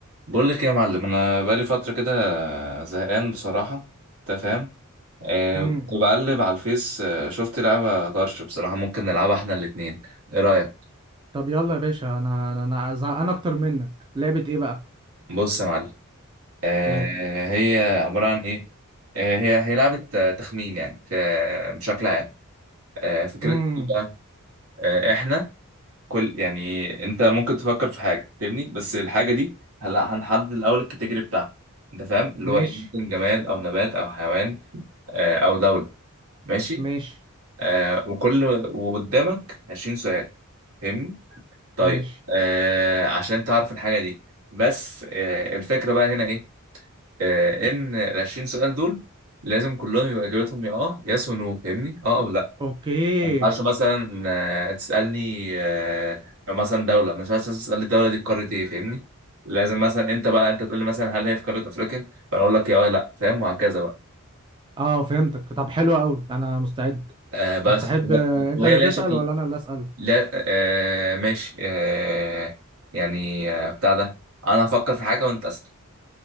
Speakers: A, on the right (about 80°); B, on the right (about 20°).
A: بقول لك إيه يا معلم انا بقالي فتره كده زهقان بصراحه انت فاهم آه
B: امم
A: كنت بقلب على الفيس آه شفت لعبه طرش بصراحه ممكن نلعبها احنا الاتنين ايه رايك
B: طب يلا يا باشا انا انا انا زهقان اكتر منك لعبة ايه بقى
A: بص يا معلم آه
B: قول
A: هي عباره عن ايه آه هي هي لعبه آه، تخمين يعني في بشكل عام آه فكرتها
B: امم
A: ايه بقى آه احنا كل يعني انت ممكن تفكر في حاجه فاهمني بس الحاجه دي هلا هنحدد الاول الكاتيجوري بتاعها انت فاهم اللي
B: ماشي
A: هو إيه، ممكن جماد او نبات او حيوان آه او دوله ماشي
B: ماشي
A: آه وكل وقدامك 20 سؤال فاهمني طيب
B: ماشي
A: آه عشان تعرف الحاجة دي بس آه الفكرة بقى هنا ايه آه ان ال 20 سؤال دول لازم كلهم يبقى اجابتهم يا اه يس ونو فاهمني اه او لا
B: اوكي
A: ما ينفعش مثلا آه تسألني آه لو مثلا دولة ما ينفعش مثلاً تسألني الدولة دي في قارة ايه فاهمني لازم مثلا انت بقى انت تقول لي مثلا هل هي في قارة افريقيا فانا اقول لك يا اه لا فاهم وهكذا بقى
B: اه فهمتك طب حلو قوي انا مستعد
A: آه بس
B: طب تحب
A: وهي
B: آه، انت
A: وهي
B: اللي
A: ليها
B: تسأل
A: شكل
B: ولا انا اللي أسأل
A: لا آه ماشي آه يعني آه بتاع ده انا هفكر في حاجه وانت اسال